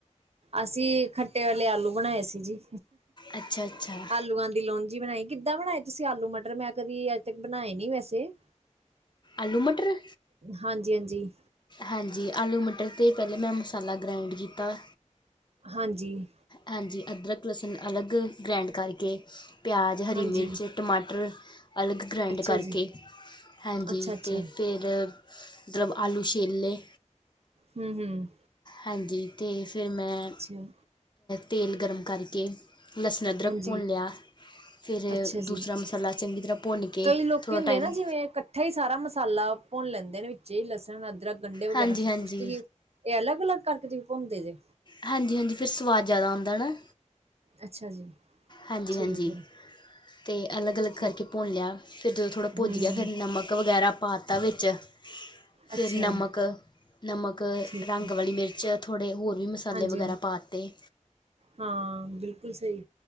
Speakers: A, on the right (about 55°); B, on the left (about 35°).
A: ਅਸੀ, ਖੱਟੇ ਵਾਲੇ, ਆਲੂ ਬਣਾਏ ਸੀ ਜੀ।
B: ਅੱਛਾ ਅੱਛਾ
A: ਆਲੂਆਂ ਦੀ ਲੋਂਜੀ ਬਣਾਈ, ਕਿੱਦਾਂ ਬਣਾਈ ਤੁਸੀ ਆਲੂ ਮਟਰ ਮੈ? ਕਦੀ, ਅੱਜ ਤੱਕ ਬਣਾਏ ਨੀ ਵੈਸੇ-
B: ਆਲੂ -ਮਟਰ?
A: ਹਾਂਜੀ ਹਾਂਜੀ
B: ਹਾਂਜੀ ਆਲੂ ਮਟਰ- ਤੇ ਮੈ ਪਹਿਲੇ ਮੈ ਮਸਾਲਾ ਗ੍ਰਾਇੰਡ ਕੀਤਾ
A: ਹਾਂਜੀ-
B: ਹਾਂਜੀ, ਅਦਰਕ, ਲਸਣ ਅਲਗ ਗ੍ਰੈਂਡ ਕਰਕੇ ਪਿਆਜ਼, ਹਰੀ
A: ਹਾਂਜੀ,
B: ਮਿਰਚ, ਟਮਾਟਰ ਅਲਗ ਗ੍ਰੈਂਡ
A: ਅੱਛਾ
B: ਕਰਕੇ
A: ਜੀ,
B: ਹਾਂਜੀ
A: ਅੱਛਾ-ਅੱਛਾ,
B: ਤੇ, ਫਿ ਆਲੂ ਛਿਲ ਲਏ
A: ਹੂੰ -ਹੂੰ -
B: ਹਾਂਜੀ, ਤੇ ਫਿਰ ਮੈ
A: ਅੱਛਾ,
B: ਤੇਲ ਗਰਮ ਕਰਕੇ, ਲਸਣ ਅਦਰਕ
A: ਹਾਂਜੀ,
B: ਭੁੰਨ ਲਿਆ- ਫਿਰ,
A: ਅੱਛਾ
B: ਦੂਸਰਾ
A: ਜੀ।
B: ਮਸਾਲਾ ਚੰਗੀ ਤਰ੍ਹਾਂ ਭੁੰਨ ਕੇ,
A: ਕਈ ਲੋਕੀ
B: ਥੋੜ੍ਹਾ
A: ਹੁੰਦੇ
B: ਟਾਈਮ
A: ਨਾ ਜਿਵੇਂ ਇਕੱਠਾ ਹੀ ਸਾਰਾ ਮਸਾਲਾ ਭੁੰਨ ਲੈਂਦੇ ਨੇ, ਵਿਚੇ ਲਸਣ, ਅਦਰਕ, ਗੰਢੇ ਵਗੈਰਾ
B: ਹਾਂਜੀ
A: ਸਭ
B: ਹਾਂਜੀ
A: ਕੁਛ ਤੁਸੀ ਇਹ ਅਲੱਗ- ਅਲੱਗ ਕ੍ਰ ਕੇ ਤੁਸੀਂ ਭੁੰਨਦੇ ਜੇ?
B: ਹਾਂਜੀ- ਹਾਂਜੀ, ਫਿਰ ਸਵਾਦ ਜ਼ਿਆਦਾ ਆਉੰਦਾ ਹੈ, ਨਾ-
A: ਅੱਛਾ ਜੀ।
B: ਹਾਂਜੀ-
A: ਠੀਕ
B: ਹਾਂਜੀ।
A: ਐ।
B: ਤੇ ਅਲੱਗ- ਅਲੱਗ
A: ਠੀਕ,
B: ਕਰਕੇ ਭੁੰਨ ਲਿਆ, ਫਿਰ ਜਦੋਂ ਥੋੜ੍ਹਾ ਭੁੱਜ
A: ਹੂੰ,
B: ਗਿਆ, ਫਿਰ ਨਮਕ ਵਗੈਰਾ ਪਾ ਤਾ ਵਿੱਚ
A: ਅੱਛਾ,
B: ਫਿਰ ਨਮਕ ਨਮਕ,
A: ਠੀਕ
B: ਰੰਗ
A: ਐ,
B: ਵਾਲੀ ਮਿਰਚ ਥੋੜ੍ਹੇ ਹੋਰ ਵੀ ਮਸਾਲੇ
A: ਹਾਂਜੀ-ਹਾਂਜੀ।
B: ਵਗੈਰਾ ਪਾ ਤੇ
A: ਹਾਂ, ਬਿਲਕੁਲ ਸਹੀ।